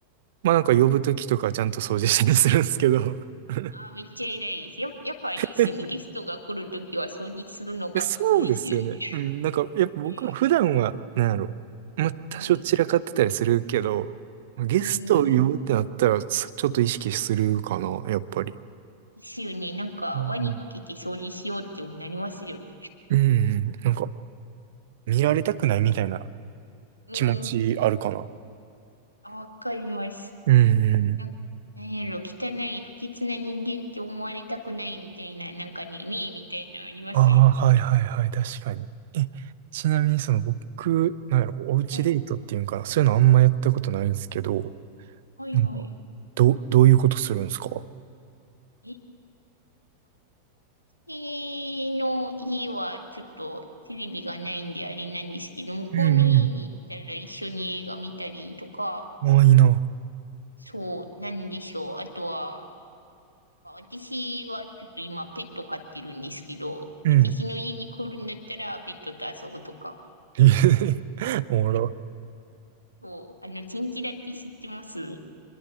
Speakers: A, on the right; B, on the left.
A: まあなんか呼ぶときとかちゃんと掃除したりするんですけど。<laughs>
B: あー、めっちゃ偉いです。やっ、やっぱあれですよね。
A: えい
B: ゲストが来るときは掃除するのが普通ですよね。
A: やそうですよね。うん。なんか、やっぱ僕は普段は、
B: ねえ
A: なんやろまあ多少散らかってたりするけど、
B: うん、
A: ゲストを呼ぶってなったら、
B: うん。
A: ちょっと意識するかな、やっぱり。
B: ですよね。なんか、
A: うん
B: 輪にかけて掃除しようってなりますよね。
A: うん。なんか、見られたくないみたいな
B: うん。
A: 気持ちあるかな。
B: あ、わかります。
A: うん。
B: なんか、なんやろ、汚い、不潔な人間って思われたくないみたいな、なんかね、ねえみたいなのありますよね。
A: ああ、はいはいはい、確かに。え、ちなみにその僕、なんやろ、おうちデートっていうんかな、
B: はい、
A: そういうのあんまやったことないんですけど、
B: はい、
A: なんか、
B: はい。
A: ど、どういうことするんですか
B: え、私の家はちょっとテレビがないんであれなんですけど、向こうの家に行ったら一緒に映画見たりとか、
A: うんうん。ああ、いいな。
B: そう、なんでしょう。あとは、私はちょっと今ペット飼ってるんですけど、
A: うん。
B: 私の家に来るんだったらペットと遊ぶとか。
A: <laughs> えへへおもろ
B: そう、あの、チンチラって知ってます